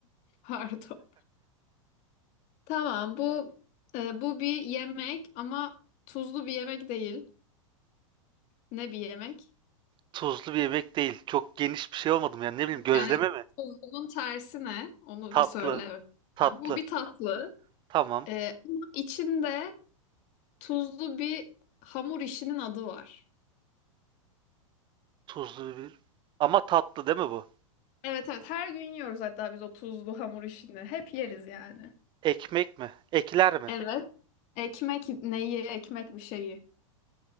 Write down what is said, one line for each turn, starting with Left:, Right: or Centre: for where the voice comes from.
Left: <laughs> Pardon. Tamam bu e, bu bir yemek ama tuzlu bir yemek değil. Ne bir yemek?
Right: Tuzlu bir yemek değil. Çok geniş bir şey olmadım yani ne bileyim gözleme
Left: Yani
Right: mi?
Left: tuzlunun tersi ne? Onu
Right: Tatlı.
Left: bir söyle.
Right: Tatlı.
Left: Ha, bu bir tatlı.
Right: Tamam.
Left: Ee, ama içinde tuzlu bir hamur işinin adı var.
Right: Tuzlu bir. Ama tatlı değil mi bu?
Left: Evet evet her gün yiyoruz hatta biz o tuzlu hamur işini. Hep yeriz yani.
Right: Ekmek mi? Ekler mi?
Left: Evet. Ekmek neyi? Ekmek bir şeyi.